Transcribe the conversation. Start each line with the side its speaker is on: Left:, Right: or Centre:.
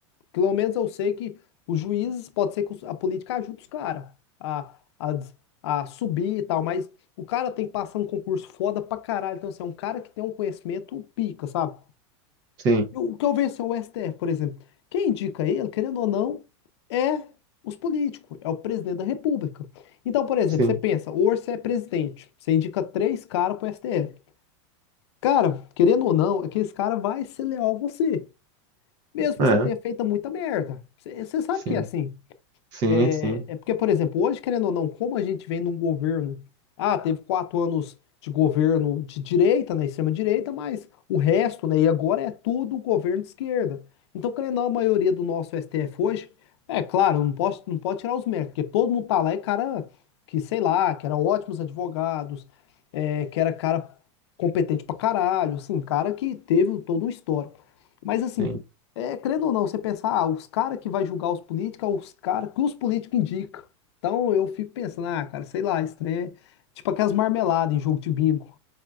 Left: Pelo menos eu sei que os juízes, pode ser que os- a política ajude os caras a, a, des- a subir e tal, mas o cara tem que passar um concurso foda pra caralho. Então, assim, é um cara que tem um conhecimento pica, sabe?
Right: sim,
Left: O que eu vejo assim, é o STF, por exemplo. Quem indica ele, querendo ou não, é os políticos, é o presidente da República. Então, por exemplo,
Right: sim,
Left: você pensa, hoje você é presidente, você indica três caras pro STF. Cara, querendo ou não, aqueles cara vai ser leal a você. Mesmo
Right: é,
Left: que você tenha feito muita merda. Você, você sabe
Right: sim,
Left: que é assim.
Right: sim,
Left: É,
Right: sim,
Left: é porque, por exemplo, hoje, querendo ou não, como a gente vem num governo. Ah, teve quatro anos de governo de direita, né, extrema-direita, mas o resto, né, e agora é tudo governo de esquerda. Então, querendo ou não, a maioria do nosso STF hoje, é claro, não posso, não pode tirar os méritos, porque todo mundo tá lá é cara que, sei lá, que era ótimos advogados, é, que era cara competente pra caralho, assim, cara que teve todo um histórico. Mas, assim,
Right: sim.
Left: é, crendo ou não, você pensar, ah, os caras que vai julgar os políticos, é os caras que os políticos indicam. Então eu fico pensando, ah, cara, sei lá, esse trem é tipo aquelas marmeladas em jogo de bingo.